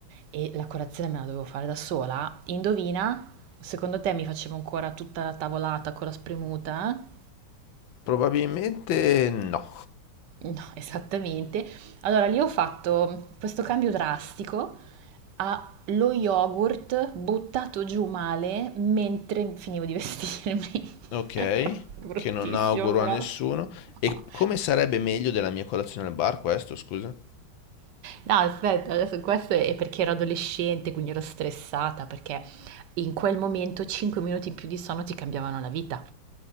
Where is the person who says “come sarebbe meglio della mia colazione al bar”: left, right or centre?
Left